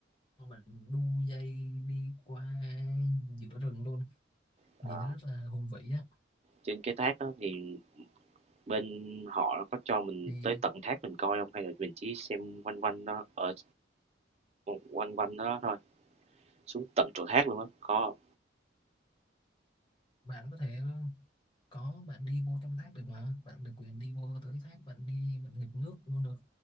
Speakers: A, on the left; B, on the right.
A: mình đu dây đi qua giữa rừng luôn
B: Ờ,
A: nhìn nó rất là hùng vĩ á
B: trên cái thác đó thì bên họ nó có cho mình
A: thì
B: tới tận thác mình coi không Hay là mình chỉ xem quanh quanh đó ở quanh quanh đó thôi, xuống tận chỗ thác luôn á, có hông?
A: bạn có thể có bạn đi vô trong thác được mà bạn được quyền đi vô tới thác bạn đi bạn nghịch nước luôn được